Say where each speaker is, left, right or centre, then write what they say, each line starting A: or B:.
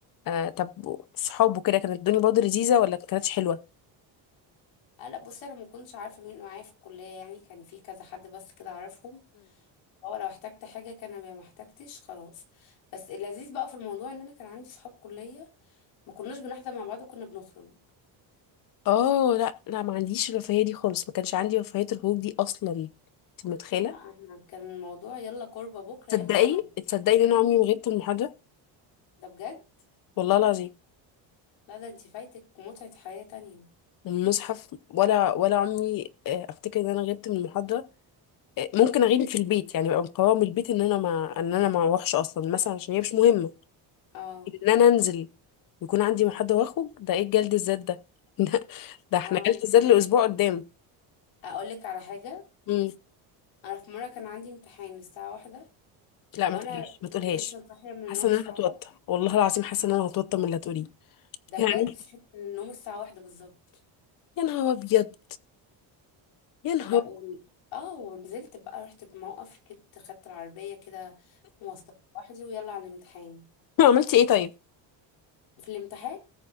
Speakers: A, on the left (about 45°); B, on the left (about 80°).
A: آه طب صحابه كده كانت الدنيا برضه لذيذة ولا كانتش حلوة
B: آه، لا بصي انا ما كنتش عارفة مين معايا في الكلية يعني كان في كذا حد بس كده اعرفهم هو لو احتجت حاجة كان بيها ما احتجتش خلاص بس اللذيذ بقى في الموضوع ان انا كان عندي صحاب كلية ما كناش بنحضر مع بعض كنا بنخرج
A: اه لا لا ما عنديش الرفاهيه دي خالص ما كانش عندي رفاهيه الخروج دي اصلا انت متخيله
B: لا احنا كان الموضوع يلا كوربة بكرة
A: تصدقي
B: يلا كوربة
A: تصدقي ان انا عمري ما غبت من محاضره
B: ده بجد
A: والله العظيم
B: لا ده انت فايتك متعة حياة تانية
A: من المصحف ولا ولا عمري آه، افتكر ان انا غبت من المحاضره آه، ممكن اغيب في البيت يعني ابقى مقرره من البيت ان انا ما ان انا ما اروحش اصلا مثلا عشان هي مش مهمه
B: اه
A: ان انا انزل يكون عندي محاضره واخرج ده ايه جلد الذات ده <laughs> ده, ده احنا
B: اه عادي
A: جلد الذات لاسبوع قدام
B: اقول لك على حاجة
A: مم.
B: انا في مره كان عندي امتحان الساعه واحدة
A: لا
B: وانا
A: ما تقوليش ما تقولهاش
B: كنت لسه صاحيه من
A: حاسه
B: النوم
A: ان
B: الساعه
A: انا هتوتر
B: واحدة
A: والله العظيم حاسه ان انا هتوتر من اللي هتقوليه
B: ده
A: يعني
B: بجد صحيت من النوم الساعه واحدة بالظبط
A: يا نهار ابيض يا نهار
B: لا و... اه ونزلت بقى رحت الموقف ركبت خدت العربيه كده مواصلات لوحدي ويلا على الامتحان
A: <laughs> عملتي ايه طيب
B: في الامتحان